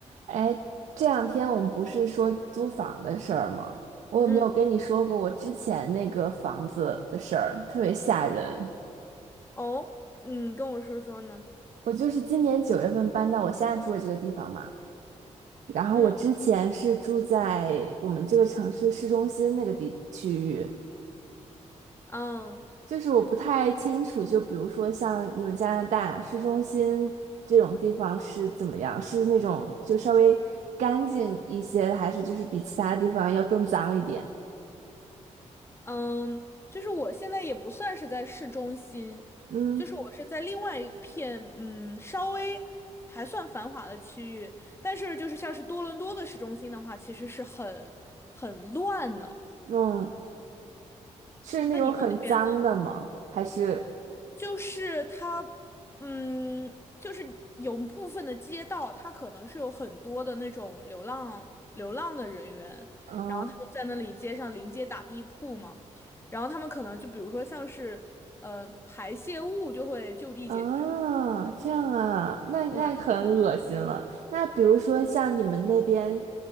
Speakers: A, on the right; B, on the left.
A: 哎，这两天我们不是说租房的事儿吗？我有没有跟你说过我之前那个房子的事儿，
B: 嗯，
A: 特别吓人。
B: 哦，嗯，跟我说说呢。
A: 我就是今年九月份搬到我现在住的这个地方嘛，然后我之前是住在我们这个城市市中心那个地区域，
B: 嗯嗯
A: 就是我不太清楚，就比如说像你们加拿大市中心这种地方是怎么样，是那种就稍微干净一些，还是就是比其他地方要更脏一点？
B: 嗯，就是我现在也不算是在市中心，
A: 嗯。
B: 就是我是在另外一片嗯稍微还算繁华的区域，但是就是像是多伦多的市中心的话，其实是很很乱的。
A: 嗯，是那种很脏的吗？
B: 那你们那边？
A: 还是
B: 就是它，嗯，就是有部分的街道，它可能是有很多的那种流浪流浪的人员，
A: 嗯
B: 然后他们在那里街上临街打地铺嘛，然后他们可能就比如说像是呃排泄物就会就地解决，
A: 啊，这样啊，那那很恶心了。
B: 对，
A: 那比如说像你们那边，